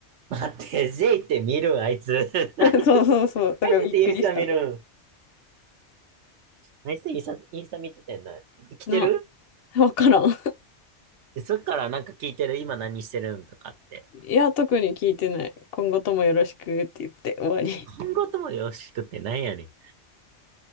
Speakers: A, on the right (about 75°); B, on the left (about 65°).
A: 待って、J って見るん、あいつ。<laughs> あいつ、
B: <laughs> そうそうそう。だからびっくりした。
A: あいつってインスタ見るん。あいつインスタ、インスタ見ててんな。生きてる
B: な、わからん。
A: でそっからなんか聞いてる、今何してるんとかって。
B: いや、特に聞いてない。今後ともよろしくって言って終わり。
A: 今後ともよろしくってなんやねん。